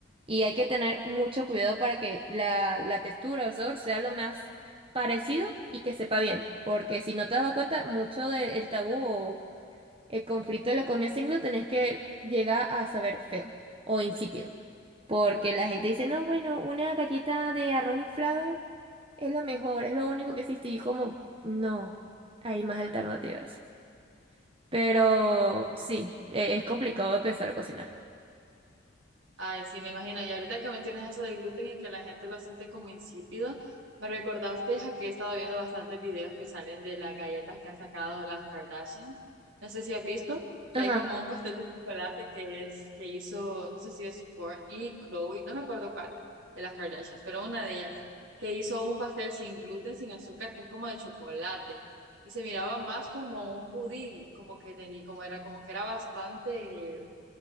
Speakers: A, on the right; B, on the right.
A: Y hay que tener mucho cuidado para que la, la textura o el sabor sea lo más parecido y que sepa bien. Porque si no te has dado cuenta, mucho del tabú o el conflicto de la comida sin gluten es que llega a saber feo o insípido. Porque la gente dice, no, bueno, una galleta de arroz inflado es lo mejor, es lo único que existe. Y yo como, no, hay más alternativas. Pero sí, e- es complicado empezar a cocinar.
B: Ay, sí, me imagino. Y ahorita que mencionas eso del gluten y que la gente lo siente como insípido, me recordaste a que he estado viendo bastantes videos que salen de las galletas que han sacado las Kardashians. No sé si has visto que
A: Ajá.
B: hay como un pastel de chocolate que es que hizo, no sé si es Kourtney Chloe, no me acuerdo cuál de las Kardashians, pero una de ellas que hizo un pastel sin gluten, sin azúcar, que es como de chocolate y se miraba más como un pudín, como que tenía, como era, como que era bastante